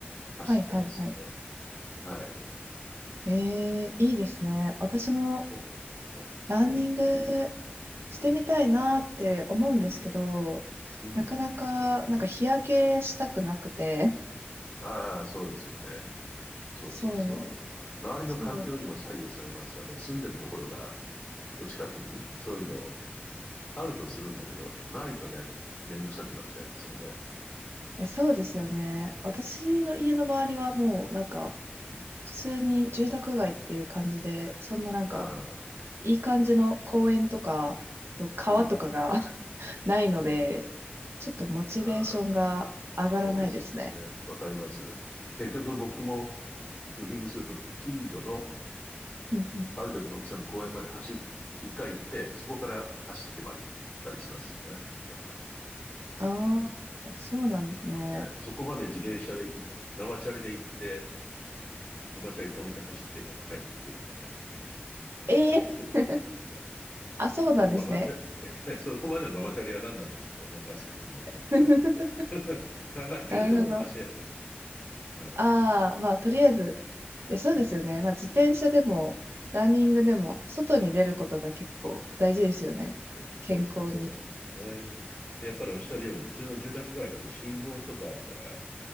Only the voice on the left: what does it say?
走ってますよね。
はい。
そうですね。
ええ、
うん。うん。
ああ、そうですよね。そうそうそう。
周りの環境にも左右されますよね。
住んでるところが、の近くに、そういうのあるとするんだけど、ないとね、めんどくさくなっちゃいますよね。
ああ、
うん、
うん。
ああ、そうですよね。それ、わかります。結局僕もジョギングすると、近所の
ある程度の大きさの公園まで走り、一回行って、そこから走ってまで行ったりしますね。やっぱり。
ええそこまで自転車でい、ママチャリで行って、ママチャリ止めて走ってから帰ってくるとかね。
そういうことありますね。
そのママチャリ、<laughs> そこまでのママチャリは何なんだろうって思いますけども。
はい。<laughs> 考えてるともう走れなくなるから。
はい。
うん。それで、
そうなんですよ。
うん。そうそうそうそう、
そうなんですよね。でやっぱりおっしゃるように、普通の住宅街だと信号とかあるから、